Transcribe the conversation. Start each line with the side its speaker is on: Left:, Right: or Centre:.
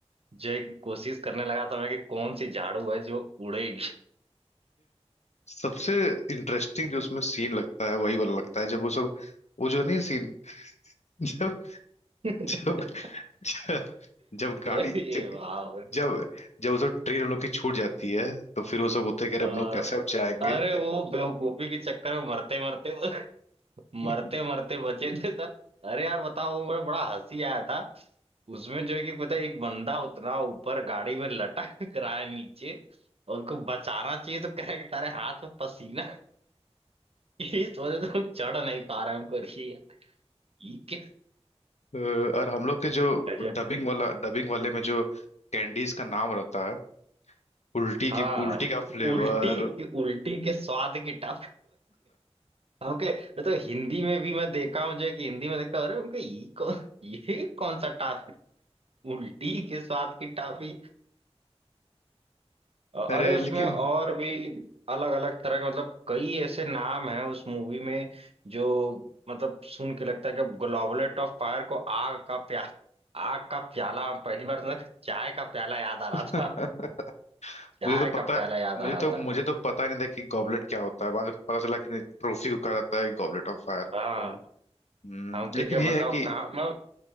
Right: जो है कि कोशिश करने लगा था मैं कि कौन सी झाड़ू है जो उड़ेगी
Left: सबसे इंटरेस्टिंग जो उसमें सीन लगता है वही वाला लगता है जब वो सब वो जो नहीं सीन <laughs> जब
Right: <laughs>
Left: जब जब, जब गाड़ी
Right: अरे
Left: जब
Right: वाह
Left: जब जब वो सब ट्रेन उन लोग की छूट जाती है तो फिर वो सब होते कह रहे
Right: अ,
Left: हम लोग कैसे अब जाएंगे
Right: अरे वो बेवकूफी के चक्कर में मरते मरते मरते
Left: <laughs>
Right: मरते बचे थे सब अरे यार बताओ वो मेरा बड़ा हंसी आया था उसमें जो है कि पता है, एक बंदा उतना ऊपर गाड़ी में लटक रहा है नीचे और उनको बचाना चाहिए तो कह रहा है कि तारे हाथ में पसीना है, इस वजह से हम चढ़ नहीं पा रहे हैं हमको अरे यार, ये क्या
Left: अ, और हम लोग के जो
Right: गजब
Left: डबिंग वाला डबिंग वाले में जो कैंडीज का नाम रहता है उल्टी
Right: हाँ
Left: की उल्टी का फ्लेवर
Right: उल्टी की उल्टी के स्वाद की टप हाँ, ओके मैं तो हिंदी में भी मैं देखा हूँ जो कि हिंदी में देखा अरे उनका ये कौन ये कौन सा टाफी उल्टी के साथ की टाफी अ-
Left: अरे
Right: अरे उसमें
Left: लेकिन
Right: और भी अलग अलग तरह के मतलब कई ऐसे नाम हैं उस मूवी में जो मतलब सुन के लगता है कि ग्लोबलेट ऑफ फायर को आग का प्या आग का प्याला पहली बार तक चाय का प्याला याद आ रहा
Left: <laughs>
Right: था चाय
Left: मुझे तो
Right: का
Left: पता
Right: प्याला याद
Left: मुझे
Right: आ रहा
Left: तो
Right: था
Left: मुझे तो पता ही नहीं था कि गॉबलेट क्या होता है बाद में पता चला कि नहीं ट्रॉफी को कहा जाता है गॉबलेट ऑफ फायर
Right: हाँ
Left: हम्म,
Right: हम
Left: लेकिन
Right: के क्या
Left: ये
Right: बताओ
Left: है कि
Right: कहाँ मैं